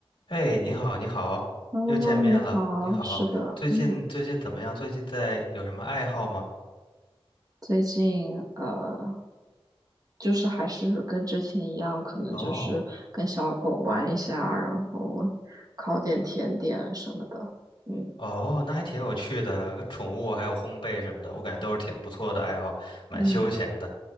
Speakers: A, on the left; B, on the right.
A: 哎，你好，你好，
B: Hello，
A: 又见面了。
B: 你好，
A: 你好，
B: 是的，
A: 最近最近怎么样？
B: 嗯，
A: 最近在有什么爱好吗？
B: 最近呃，就是还是跟之前一样，可能就是跟小狗玩一下，
A: 哦
B: 然后烤点甜点什么的，嗯
A: 哦，那还挺有趣的，宠物还有烘焙什么的，我感觉都是挺不错的爱好，蛮休闲的。
B: 嗯，